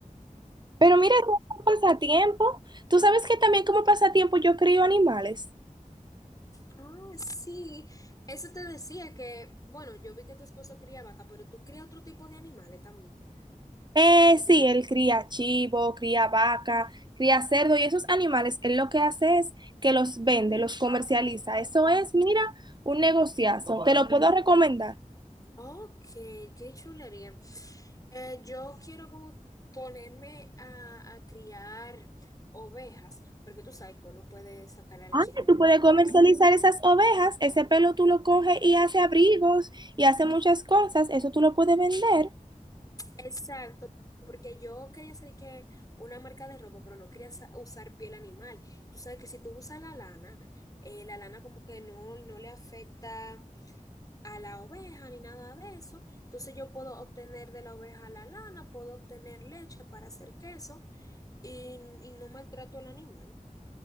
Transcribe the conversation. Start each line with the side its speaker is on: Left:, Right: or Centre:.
Right: Pero mira, como pasatiempo, tú sabes que también como pasatiempo yo crío animales.
Left: Ah, sí, eso te decía que, bueno, yo vi que tu esposo cría vaca, pero tú crías otro tipo de animales también.
Right: Eh, sí, él cría chivo, cría vaca, cría cerdo y esos animales, él lo que hace es que los vende, los comercializa. Eso es, mira, un negociazo. Te lo puedo recomendar.
Left: Ok, qué chulería. Eh, yo quiero como ponerme a, a criar ovejas, porque tú sabes que uno puede sacar la leche
Right: Ah,
Left: de
Right: tú puedes
Left: la oveja.
Right: comercializar esas ovejas, ese pelo tú lo coges y hace abrigos y hace muchas cosas, eso tú lo puedes vender.
Left: Exacto, porque yo quería hacer de que una marca de ropa, pero no quería sa- usar piel animal. Tú sabes que si tú usas la lana, eh, la lana como que no, no le afecta a la oveja ni nada de eso. Entonces yo puedo obtener de la oveja la lana, puedo obtener leche para hacer queso y, y no maltrato al animal,